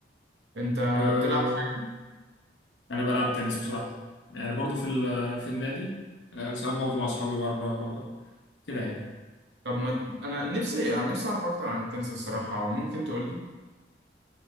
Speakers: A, on the right; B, on the left.
A: انت
B: آه
A: بتلعب حاجه
B: انا بلعب تنس بصراحة يعني برضه في ال... في النادي آه ساعات برضه مع اصحابي بره كده يعني
A: طب ما ت- انا نفسي يعني نفسي اعرف اكتر عن التنس الصراحه ممكن تقول لي